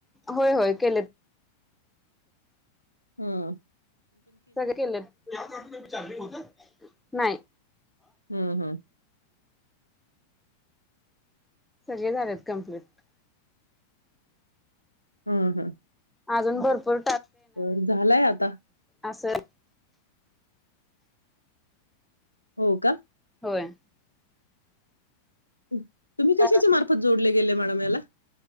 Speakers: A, in the centre; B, on the left.
A: होय होय केलेत
B: हम्म
A: सगळे केलेत <unintelligible> चार्जिंग होतयं. नाई
B: हुं हम्म
A: सगळे झालेत कंप्लीट
B: हम्म हम्म
A: अजून भरपूर
B: तर झालाय आता.
A: असलं
B: हो का?
A: होय
B: हम् तुम्ही कशाच्या
A: कारण
B: मार्फत जोडले. गेले मॅडमेला